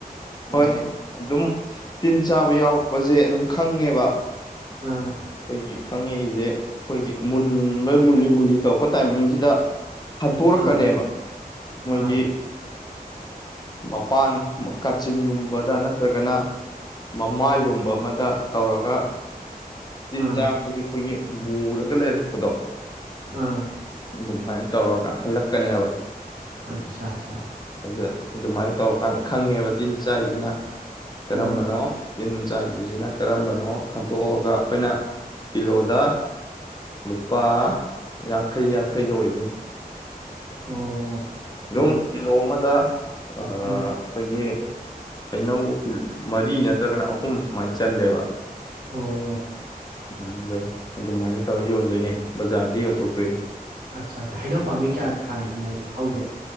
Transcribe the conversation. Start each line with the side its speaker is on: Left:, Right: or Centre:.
Left: ꯍꯣꯏ
Right: ꯑꯥ
Left: ꯑꯗꯨꯝ ꯇꯤꯟ ꯆꯥꯕ ꯌꯥꯎꯔꯛꯄꯁ ꯁꯦ ꯑꯗꯨꯝ ꯈꯪꯉꯦꯕ
Right: ꯑꯥ
Left: ꯑꯩꯈꯣꯏꯒꯤ ꯈꯪꯉꯛꯏꯁꯦ ꯑꯩꯈꯣꯏꯒꯤ ꯃꯨꯟꯕ ꯃꯨꯜꯂꯤ ꯃꯨꯜꯂꯤ ꯇꯧꯔꯛꯄ ꯇꯥꯏꯃꯤꯡꯁꯤꯗ ꯍꯟꯇꯣꯔꯛꯀꯅꯦꯕ
Right: ꯑꯥ
Left: ꯃꯣꯏꯒꯤ
Right: ꯑꯥ
Left: ꯃꯄꯥꯟ ꯀꯥꯆꯤꯟꯒꯨꯝꯕꯗ ꯅꯠꯇ꯭ꯔꯒꯅ ꯃꯃꯥꯏꯒꯨꯝꯕ ꯑꯃꯗ ꯇꯧꯔꯒ ꯇꯤꯟꯖꯥ
Right: ꯑꯥ
Left: ꯍꯒꯤ ꯐꯒꯤ ꯃꯨꯔ ꯀ ꯂꯩꯔ ꯑꯗꯣ
Right: ꯑꯥ
Left: ꯑꯗꯨꯝ ꯍꯥꯏ ꯇꯧꯔꯒ ꯍꯜꯂꯛꯀꯅꯦꯕ
Right: ꯑꯆꯥ ꯑꯆꯥ
Left: ꯑꯗꯨꯗ ꯑꯗꯨꯃꯥꯏꯅ ꯇꯧꯔꯀꯥꯟꯗ ꯈꯪꯉꯦꯕ ꯇꯤꯟ ꯆꯥꯏꯁꯤꯅ ꯀꯔꯝꯕꯅꯣ
Right: ꯎꯝ
Left: ꯇꯤꯟ ꯆꯥꯏꯗ꯭ꯔꯤꯁꯤꯅ ꯀꯔꯝꯕꯅꯣ ꯈꯟꯇꯣꯛꯑꯒ ꯑꯩꯈꯣꯏꯅ ꯀꯤꯂꯣꯗ ꯂꯨꯄꯥ ꯌꯥꯡꯈꯩ ꯌꯥꯡꯈꯩꯗ ꯑꯣꯏꯗꯣꯏꯅꯤ
Right: ꯑꯣ
Left: ꯑꯗꯨꯝ
Right: ꯑꯣ
Left: ꯀꯤꯂꯣ ꯑꯃꯗ ꯑꯩꯈꯣꯏꯒꯤ
Right: ꯎꯝ
Left: ꯍꯩꯅꯧ ꯃꯔꯤ ꯅꯠꯇ꯭ꯔꯒꯅ ꯑꯍꯨꯝ ꯁꯨꯃꯥꯏꯅ ꯆꯜꯂꯦꯕ
Right: ꯑꯣ
Left: <unintelligible> ꯑꯗꯨꯃꯥꯏꯅ ꯇꯧꯔ ꯌꯣꯟꯗꯣꯏꯅꯦ ꯕꯖꯥꯔꯗ ꯌꯣꯟꯊꯣꯛꯇꯣꯏꯅꯦ
Right: ꯑꯠꯆꯥ ꯑꯆꯥ ꯍꯩꯅꯧ ꯄꯥꯝꯕꯤ ꯀꯌꯥ ꯊꯥꯏ ꯂꯩ ꯍꯧꯒꯦ